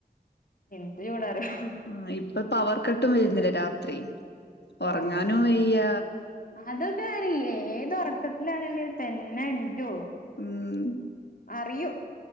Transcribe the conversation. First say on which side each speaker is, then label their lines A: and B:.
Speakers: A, on the left (about 55°); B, on the left (about 85°).
A: എന്ത് ചൂടാറിയോ
B: ആഹ് ഇപ്പൊ പവർ കട്ടും വരുന്നില്ലെ രാത്രി ഉറങ്ങാനും
A: ഓ
B: വയ്യ
A: അതൊക്കെ അറിയ്യാ ഏത് ഉറക്കത്തിലാണെലും തന്നെ എണീ ക്കും
B: ഉം
A: അറിയും